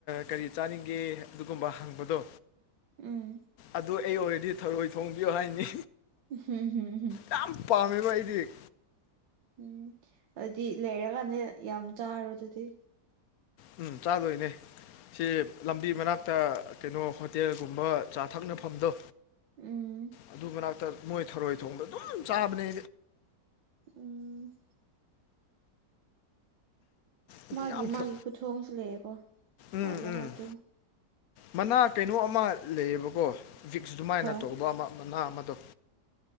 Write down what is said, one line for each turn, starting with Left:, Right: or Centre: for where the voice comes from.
Left: ꯀꯔꯤ ꯆꯥꯅꯤꯡꯒꯦ ꯑꯗꯨꯒꯨꯝꯕ ꯍꯪꯕꯗꯣ
Right: ꯎꯝ
Left: ꯑꯗꯨ ꯑꯩ ꯑꯣꯏꯔꯗꯤ ꯊꯔꯣꯏ ꯊꯣꯡꯕꯤꯌꯣ ꯍꯥꯏꯅꯤ꯫
Right: ꯍꯝ ꯍꯝꯝ
Left: ꯌꯥꯝ ꯄꯥꯝꯃꯦꯕ ꯑꯩꯗꯤ꯫
Right: ꯎꯝ ꯑꯗꯨꯗꯤ ꯂꯩꯔꯀꯥꯟꯗ ꯌꯥꯝ ꯆꯥꯔꯣ ꯑꯗꯨꯗꯤ
Left: ꯎꯝ ꯆꯥꯗꯣꯏꯅꯦ꯫ ꯁꯤ ꯂꯝꯕꯤ ꯃꯅꯥꯛꯇ ꯀꯩꯅꯣ ꯍꯣꯇꯦꯜꯒꯨꯝꯕ ꯆꯥ ꯊꯛꯅꯐꯝꯗꯣ
Right: ꯎꯝ
Left: ꯑꯗꯨ ꯃꯅꯥꯛꯇ ꯃꯣꯏ ꯊꯔꯣꯏ ꯊꯣꯡꯕ ꯑꯗꯨꯝ ꯆꯥꯕꯅꯦ
Right: ꯎꯝ
Left: ꯑꯩꯗꯤ
Right: ꯃꯥꯒꯤ
Left: ꯌꯥꯝ
Right: ꯃꯥꯒꯤ
Left: ꯊ
Right: ꯈꯨꯊꯣꯡꯁꯨ ꯂꯩꯦꯀꯣ ꯍꯥꯎꯕ
Left: ꯎꯝ ꯎꯝ
Right: ꯍꯥꯎꯇꯕ
Left: ꯃꯅꯥ ꯀꯩꯅꯣ ꯑꯃ ꯂꯩꯌꯦꯕꯀꯣ ꯕꯤꯛꯁ ꯑꯗꯨꯃꯥꯏꯅ
Right: ꯍꯣꯏ
Left: ꯇꯧꯕ ꯑꯃ ꯃꯅꯥ ꯑꯃꯗꯣ